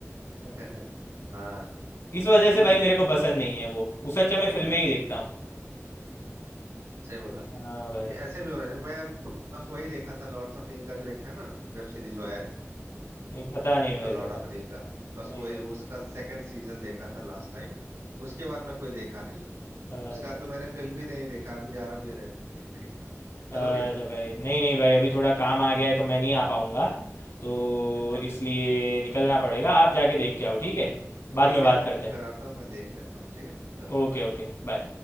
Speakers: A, on the right (about 80°); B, on the left (about 60°).
A: <laughs> हाँ
B: इस वजह
A: ये
B: से
A: भी
B: भाई
A: है
B: मेरे को पसंद नहीं है वो उससे अच्छा मैं
A: सही
B: फिल्में
A: बोला
B: ही देखता
A: सही बोला
B: हूँ
A: सही बोला
B: हाँ भाई
A: ये ऐसे भी होना चाहिए मैं बस वही देखा था लॉर्ड्स ऑफ रिंग का जो एक है ना वेब सीरीज जो आया है
B: नहीं पता नहीं भाई
A: द लॉर्ड
B: पता
A: ऑफ
B: नहीं
A: रिंग का बस
B: नहीं
A: वो
B: भाई
A: वो उसका सेकंड सीजन देखा था लास्ट टाइम उसके बाद मैं कोई देखा नहीं हूँ।
B: अच्छा
A: उसके बाद तो मैंने फिल्म भी नहीं देखा अभी जा रहा हूँ ये रेड टू देखने
B: अच्छा
A: चलोगे
B: अच्छा भाई नहीं नहीं भाई अभी थोड़ा काम आ गया है तो मैं नहीं आ पाऊँगा तो
A: अच्छा अच्छा
B: इसलिए निकलना पड़ेगा आप जाके देख के आओ ठीक है बाद
A: ठीक
B: में बात
A: है मैं
B: करते
A: बुक
B: हैं
A: कराता हूँ मैं देख लेता हूँ ठीक है चलो
B: Okay
A: बाय
B: okay bye